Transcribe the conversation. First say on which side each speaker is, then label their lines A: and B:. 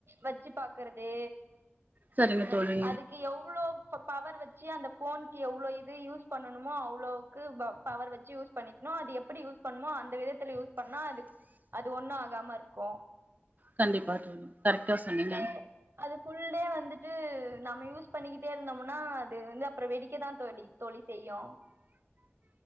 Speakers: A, on the right; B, on the right.
A: வச்சு பாக்குறது
B: சரிங்க
A: அ
B: தோழி
A: அதுக்கு எவ்வளோ இப்ப பவர் வச்சு அந்த போனுக்கு எவ்வளோ இது யூஸ் பண்ணணுமோ அவ்ளவுக்கு பவர் வச்சு யூஸ் பண்ணி அ எப்படியூஸ் பண்ணணுமோ அந்த விதத்தை யூஸ் பண்ணா அதுக்கு அது ஒண்ணு ஆகாம இருக் கு
B: கண்டிப்பா தோழி கரெக்டா சொன்னிங்க
A: டே அது ஃபுல் டே வந்துட்டு நம்ம யூஸ் பண்ணிக்கிட்டே இருந்தோம்னா அது வந்து அப்புற வெடிக்கதா தோழி தோழி செய்யு